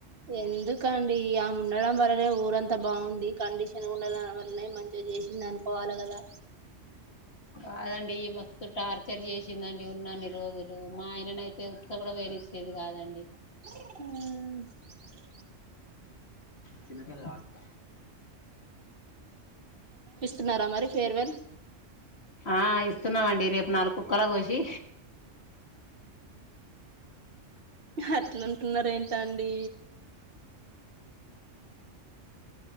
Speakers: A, on the right; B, on the left.
A: ఎందుకండి ఆమె ఉన్. ఉండడం వల్లనే ఊరంతా బాగుంది కండీషన్ ఉండడం వల్లనే మంచిగా చేసింది అనుకోవాలి కదా.
B: కాదండి మస్తు టార్చర్ చేసిందండి ఉన్నన్ని రోజులు మా ఆయననైతే ఉత్స కూడా పోయని. చ్చేది కాదండి.
A: అవున్.
B: కింద కెళ్ళి ఆడుకో.
A: తున్నారా మరి ఫేర్వేల్.
B: ఆహ్ ఇస్తున్నామండి రేపు నాలుగు కుక్కలకు కోసి.
A: అట్లాంటున్నరేంటం. డీ.